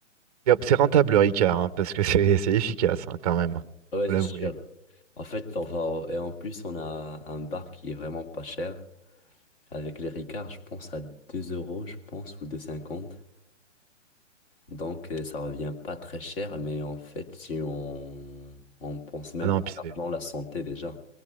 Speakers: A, on the right; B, on the left.
A: C'est c'est rentable le Ricard, hein, parce que <laughs> c'est c'est efficace hein, quand même,
B: Ouais,
A: faut
B: c'est
A: l'avouer.
B: sûr. En fait, on va... au- Et en plus, on a un bar qui est vraiment pas cher. Avec les ricards, je pense à 2 euros, je pense, ou deux cinquante. Donc, euh, ça revient pas très cher, mais en fait, si on, on pense même
A: Ah non,
B: pas
A: puis
B: à l'argent,
A: c'est...
B: la santé déjà.